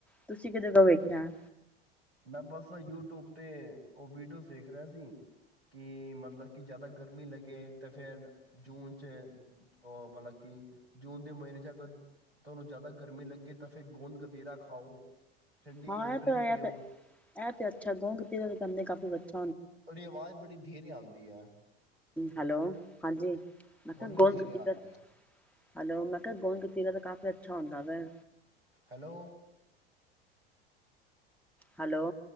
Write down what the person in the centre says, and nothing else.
ਤੁਸੀਂ ਕਿਦੇ ਕੋ ਵੇਖਿਆ
ਹਾਂ
ਇਹ
ਤਾਂ ਇਹ
ਤੇ ਇਹ ਤੇ ਅੱਛਾ ਗੋਦ ਕਤਿਰਾ ਕਾਫੀ ਅੱਛਾ ਹੈ
ਹੈਲੋ ਹਾਂਜੀ ਮੈਂ ਕਿਹਾ
ਗੋਂਦ
ਕਤੀਰਾ,
ਹਲੋ ਮੈਂ ਕਿਹਾ ਗੋਂਦ ਕਰਿਰਾ ਤਾਂ ਕਾਫ਼ੀ ਅੱਛਾ ਹੁੰਦਾ ਵਾ
ਹੈਲੋ